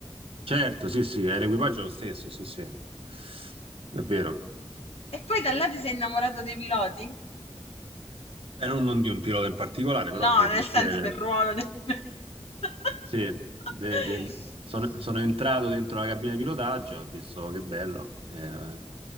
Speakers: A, on the right; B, on the left.
A: Certo, sì, sì, è l'equipaggio è lo stesso, sì, sì, è vero.
B: E poi da là ti sei innamorato dei piloti?
A: Beh, non, non di un pilota in particolare, però
B: No,
A: del
B: nel
A: mestiere.
B: senso del ruolo del... <laughs>
A: Sì, de- del- sono, sono entrato dentro la cabina di pilotaggio, ho visto che bello, eh,